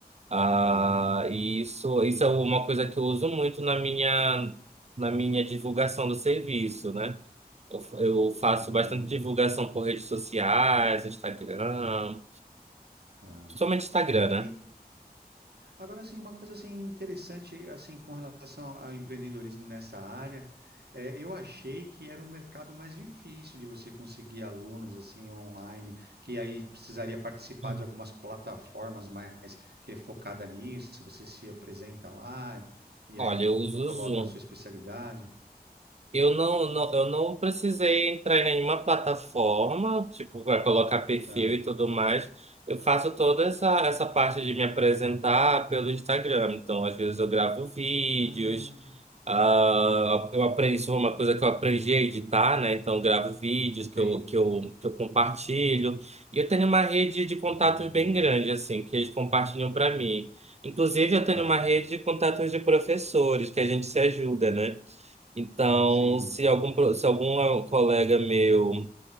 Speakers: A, on the right; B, on the right.
A: Ah,
B: tá.
A: e isso, isso é uma coisa que eu uso muito na minha, na minha divulgação do serviço, né? Eu, fa- eu faço
B: Ah,
A: bastante divulgação por redes sociais, Instagram,
B: tá.
A: principalmente Instagram, né?
B: E, Agora, assim, uma coisa assim interessante assim com relação ao empreendedorismo nessa área, é, eu achei que era um mercado mais difícil de você conseguir alunos assim online, que aí precisaria participar
A: Hum.
B: de algumas plataformas mais que é focada nisso. Você se apresenta lá e,
A: Olha,
B: e aí
A: eu uso
B: coloca
A: o Zoom.
B: a sua especialidade,
A: Eu não, não, eu não precisei entrar em nenhuma plataforma, tipo, para colocar perfil
B: tá?
A: e tudo mais. Eu faço toda essa, essa parte de me apresentar pelo Instagram. Então, às vezes eu gravo vídeos,
B: Ah,
A: ah, eu aprendi, isso foi uma coisa que eu aprendi a editar, né? Então, eu gravo vídeos
B: sim.
A: que eu, que eu, que eu compartilho. E eu tenho uma rede de contatos
B: Ah,
A: bem grande, assim, que eles compartilham para mim. Inclusive, eu tenho
B: tá.
A: uma rede de contatos de professores, que a gente se ajuda, né? Então,
B: Sim.
A: se algum, pro- se algum eh, colega meu